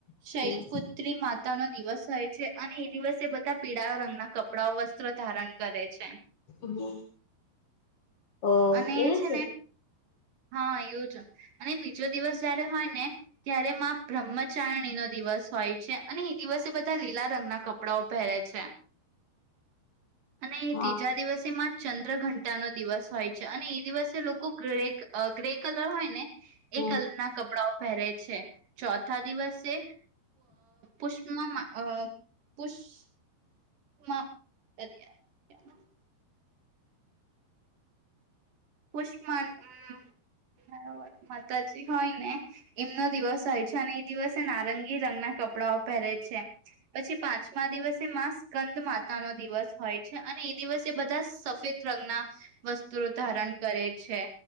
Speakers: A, on the left; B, on the right.
A: હમ
B: શૈલ પુત્રી મા નો દિવસ હોય છે અને એ દિવસે બધા પીળા રંગના કપડાઓ વસ્ ધારણ કરે છે
A: હમ ઓ
B: અને
A: એવું
B: છે ને હા એજ અને બીજો દિવસ જયારે હોય ને ત્યારે માં બ્રહ્મચારણી નો દિવસ હોય છે. અને એ દિવસે બધા લ કેટલા રંગના કપડાઓ પહેરે છે અને
A: હા
B: ત્રીજા દિવસેમાં ચંદ્ર ઘંટા નો દિવસ હોય અને એ દિવસે લોકો ગ્રે ગ્રે કલર હોય ને એ
A: હમ
B: કલર ના કપડા પેહરે છે ચોથા દિવસે પુષ્પમ અ પુષ <unintelligible> પુષ્માન હમ તછ હોય ને એમનો દિવસ આ અને એ દિવસે નારંગી રંગના કપડા કપડાઓ પહેરે છે પછી પાંચમા દિવસે મા સ્કંદ માતાનો દિવસ હોય છે અને એ દિવસે એ બધા સફેદ રંગના વસ્તુ ધારણ- છે